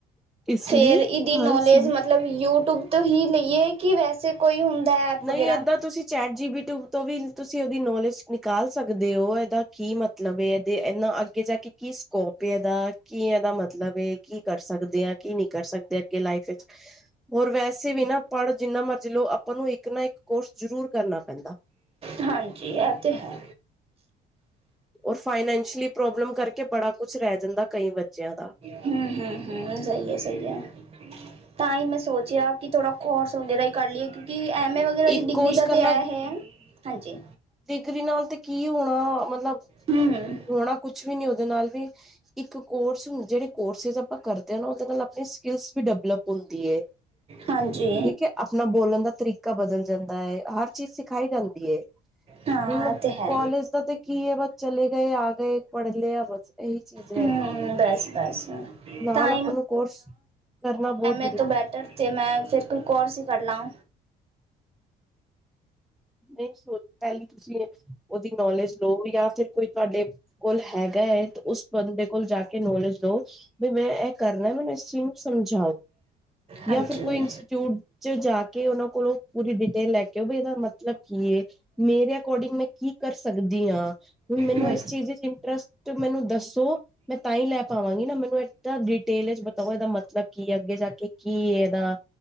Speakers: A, in the centre; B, on the right (about 35°).
A: ਇਸ
B: ਫੇਰ
A: ਲਈ
B: ਇਦਹੀ
A: ਹਰ
B: ਨੌਲੇਜ
A: ਚੀਜ਼
B: ਮਤਲਬ ਯੂਟਿਊਬ ਤੋਂ ਹੀ ਲਈਏ ਕਿ ਵੈਸੇ ਕੋਈ ਹੁੰਦਾ ਐਪ
A: ਨਹੀਂ
B: ਵਗੈਰਾ
A: ਏਦਾਂ ਤੁਸੀਂ ਚੈਟ ਜੀਬੀਟਿ ਤੋਂ ਵੀ ਤੁਸੀਂ ਉਹਦੀ ਨੌਲੇਜ ਨਿਕਾਲ ਸਕਦੇ ਹੋ ਇਹਦਾ ਕੀ ਮਤਲਬ ਇਹਦੇ ਇਹਨਾ ਅੱਗੇ ਜਾ ਕੇ ਕੀ ਸਕੋਪ ਇਹਦਾ, ਕੀ ਇਹਦਾ ਮਤਲਬ ਕੀ ਕਰ ਸਕਦੇ ਆ ਕੀ ਨਹੀਂ ਕਰ ਸਕਦੇ ਆ। ਲਾਈਫ ਵਿੱਚ ਹੋਰ ਵੈਸੇ ਵੀ ਨਾ ਪੜ੍ਹ ਜਿੰਨਾ ਮਰਜੀ ਲੋ ਆਪਾਂ ਨੂੰ ਇੱਕ ਇੱਕ ਨਾ ਇੱਕ ਕੋਰਸ ਜਰੂਰ ਕਰਨਾ ਪੈਂਦਾ।
B: ਹਾਂਜੀ, ਇਹ ਤੇ ਹੈ।
A: ਔਰ ਫਾਈਨੈਂਸ਼ਲੀ ਪ੍ਰੋਬਲਮ ਕਰਕੇ ਬੜਾ ਕੁਛ ਰਹਿ ਜਾਂਦਾ ਕਈ ਬੱਚਿਆਂ ਦਾ।
B: ਹੂੰ-ਹੂੰ- ਹੂੰ, ਸਹੀ ਹੈ-ਸਹੀ ਹੈ ਤਾਂ ਹੀ ਮੈਂ ਸੋਚਿਆ ਕਿ ਥੋੜ੍ਹਾ ਕੋਰਸ ਵਗੈਰਾ ਹੀ ਕਰ ਲਈਏ ਕਿਉਂਕਿ ਐਮ ਏ ਵਗੈਰਾ ਜ
A: ਇੱਕ
B: ਡਿਗਰੀ
A: ਕੋਰਸ
B: ਦਾ
A: ਕਰਨਾ
B: ਤਾਂ ਇਹ ਹੈ, ਹਾਂਜੀ।
A: ਡਿਗਰੀ ਨਾਲ ਤੇ ਕੀ ਹੋਣਾ ਮਤਲਬ?
B: ਹੂੰ
A: ਹੋਣਾ ਕੁਛ ਵੀ ਨੀ ਉਹਦੇ ਨਾਲ ਵੀ, ਇੱਕ ਕੋਰਸ ਜਿਹੜੇ ਕੋਰਸਿਸ ਆਪਾਂ ਕਰਦੇ ਹਾਂ ਨਾ ਉਹਦੇ ਨਾਲ ਆਪਣੀ ਸਕਿਲਸ ਵੀ ਡਿਵਲਪ ਹੁੰਦੀ ਹੈ
B: ਹਾਂਜੀ
A: ਠੀਕ ਹੈ ਆਪਣਾ ਬੋਲਣ ਦਾ ਤਰੀਕਾ ਕਾ ਬਦਲ ਜਾਂਦਾ ਹੈ, ਹਰ ਚੀਜ਼ ਸਿਖਾਈ ਜਾਂਦੀ ਹੈ।
B: ਹਾਂ
A: ਹੁਣ
B: ਇਹ ਤੇ ਹੈ
A: ਕੋਲਜ ਦਾ ਤੇ ਕੀ ਹੈ ਬਸ ਚਲੇ ਗਏ- ਆ ਗਏ, ਪੜ੍ਹ ਲਿਆ ਬਸ। ਇਹੀ ਚੀਜ਼ ਰਹਿ
B: ਹੂੰ
A: ਜਾਂਦੀ ਹੈ,
B: ਬਸ ਬਸ
A: ਨਾਲ
B: ਤਾਂ
A: ਆਪਾਂ ਨੂੰ ਕੋਰਸ ਕਰਨਾ ਬਹੁਤ ਜ਼ਰੂਰੀ
B: ਇਸਤੋਂ ਬੈਟਰ ਤੇ ਮੈਂ ਫੇਰ ਕੋਈ ਕੋਰ ਸੀ ਕਰ ਲਾਂ।
A: ਏਹੀ ਸੋਚ ਪਹਿਲੀ ਤੁਸੀਂ ਉਹਦੀ ਨੌਲੇਜ ਲਓ ਜਾਂ ਫਿਰ ਕੋਈ ਤੁਹਾਡੇ ਕੋਲ ਹੈਗਾ ਹੈ। ਉਸ ਬੰਦੇ ਕੋਲ ਜਾ ਕੇ ਨੌਲੇਜ ਲੋ, ਵੀ ਮੈਂ ਇਹ ਕਰਨਾ ਮੈਨੂੰ ਇਸ ਚੀਜ਼ ਨੂੰ ਸਮਝਾਓ। ਜਾਂ
B: ਹਾਂਜੀ
A: ਫਿਰ ਕੋਈ ਇੰਸਟੀਚਿਊਟ ਵਿੱਚ ਜਾ ਕੇ ਉਹਨਾਂ ਕੋਲੋਂ ਪੂਰੀ ਡਿਟੇਲ ਲੈ ਕੇ ਆਓ ਇਹਦਾ ਮਤਲਬ ਕੀ ਏ? ਮੇਰੇ ਅਕੋਰਡਿੰਗ ਮੈਂ ਕੀ ਕਰ ਸਕਦੀ ਹਾਂ? ਹੁਣ ਮੈਨੂੰ
B: ਹੂੰ
A: ਇਸ ਚੀਜ਼ ਵਿੱਚ ਇੰਟਰਸਟ ਮੈਨੂੰ ਦੱਸੋ। ਮੈਂ ਤਾਂ ਹੀ ਲੈ ਪਾਵਾਂਗੀ ਨਾ ਮੈਨੂੰ ਇਦਾਂ ਡਿਟੇਲ ਵਿਚ ਬਤਾਓ ਇਹਦਾ ਮਤਲਬ ਕੀ ਹੈ ਅੱਗੇ ਜਾ ਕੇ ਕੀ ਇਹਦਾ